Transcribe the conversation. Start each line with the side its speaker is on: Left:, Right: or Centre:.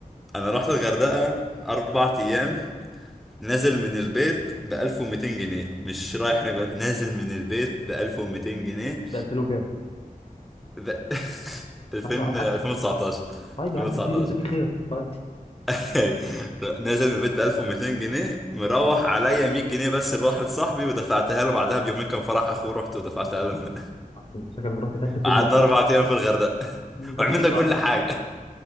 Centre: انا رحت الغردقة اربع ايام نازل من البيت ب 1200 جنيه مش رايح هناك بقى نازل من البيت ب 1200 جنيه
Left: ده 2000 وكام
Centre: ب <laughs> 2000
Left: طيب على حسب
Centre: 2019
Left: طيب
Centre: 2019
Left: يا عم كان في لسه في خير طيب
Centre: <laughs> نازل من البيت ب 1200 جنيه مروح عليا 100 جنيه بس لواحد صاحبي ودفعتها له بعدها بيومين كان فرح اخوه رحت ودفعتها له هنا
Left: انت شكلك رحت كلت فول
Centre: قعدنا
Left: بس
Centre: اربع ايام في الغردقه <laughs>
Left: مم، كلت
Centre: وعملنا
Left: فول وطعميه
Centre: كل حاجه